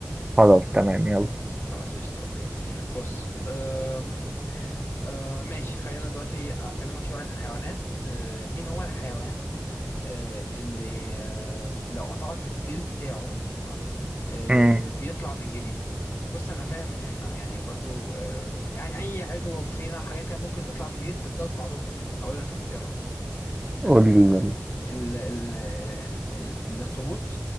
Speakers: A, on the right; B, on the left.
A: خلاص تمام يلا
B: خلاص قشطة اوكي بص أم أه ماشي خلينا دلوقتي اكلمك شوية عن الحيوانات أه، مين هو الحيوان آه، اللي آه، لو قطعت الديل بتاعه تمام آه،
A: امم
B: بيطلع من جديد بص انا فاهم ان احنا يعني برضو آه، يعني اي عضو فينا حاجات كان ممكن تطلع من جديد بس دوت معروف بكده هقول لك اختيارات
A: قولي
B: آه،
A: يلا
B: ال ال ال ال الاخطبوط